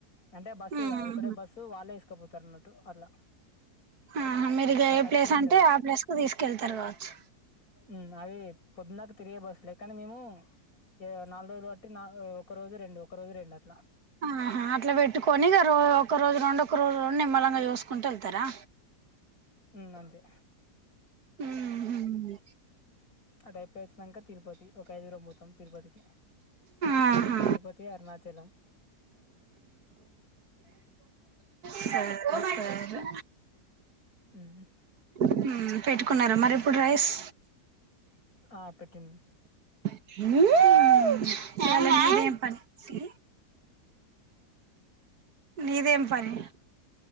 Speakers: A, on the left (about 60°); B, on the right (about 70°).
A: అంటే బస్ ఇగ
B: ఉహు
A: ఒకటే బస్సు వాళ్ళే తీసుకపోతరన్నట్టు అట్లా
B: ఆహా మీరిగ
A: ఒక
B: ఏ
A: సర్కిల్
B: ప్లేస్ అంటే
A: ఉంటది
B: ఆ ప్లేస్ కు దీసుకెళ్తరు గావొచ్చు
A: ఉమ్ అవి పొద్దుదాంక తిరిగే బస్సు లే కానీ మేము ఇగ నాలుగు రోజులు పట్టినా ఒక రోజు రెండు ఒక రోజు రెండు అట్లా
B: ఆహా అట్లా పెట్టుకొని ఇగ రో ఒక రోజు రెండు ఒక రోజు రెండు నిమ్మళంగా జేసుకుంటా యెళ్తరా
A: ఉమ్ అంతే
B: ఉమ్ హు
A: అటు అయి పోయివచ్చినంక తిరుపతి ఒక ఐదుగురం బోతాం తిరుపతికి
B: ఆహా
A: తిరుపతి అరుణాచలం
B: సరే సరే
A: ఉమ్ హు
B: ఉమ్ పెట్టుకున్నారా మరి ఇప్పుడు రైస్
A: ఆ పెట్టింది
B: ఉమ్ <unintelligible> నీదేం పని నీదేం పని